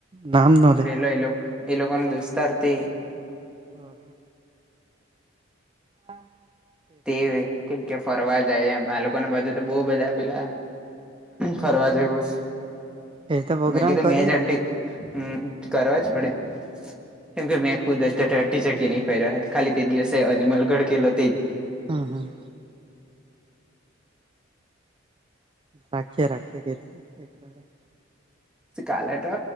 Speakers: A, on the right; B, in the centre.
A: નામ ન. લે
B: પેલો એ એ લોકો નાનો દોસ્તાર તે
A: હમ હા હા. હા.
B: તે કે ફરવા જાય. એમ, આ લોકોને બધું તો બહુ બધા આપેલા. ફરવા જવું.
A: એ તો પ્રોગ્રામ
B: મેં કીધું
A: કરીએ
B: મે જ. હમ કરવા જ પડે. કેમ કે મેં ખુદ અત્યારે અધી જગ્યા નહી પરહ્યા હે, ખાલી તે દિવસે અજમલગઢ ગેલો તે જ.
A: હમ્મ હમ્મ રાખીએે રાખીએ એક દાડે
B: કાલે તો